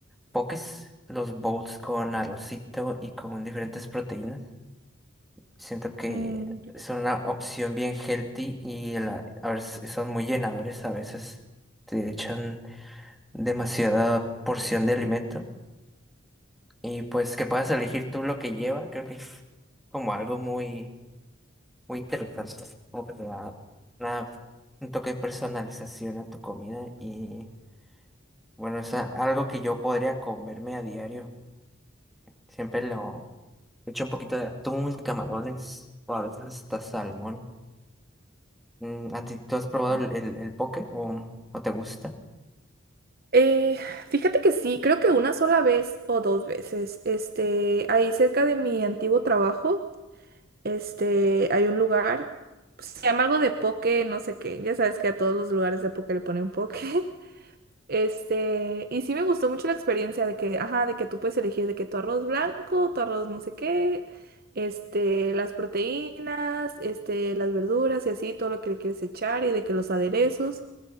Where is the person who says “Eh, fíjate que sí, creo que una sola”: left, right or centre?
Right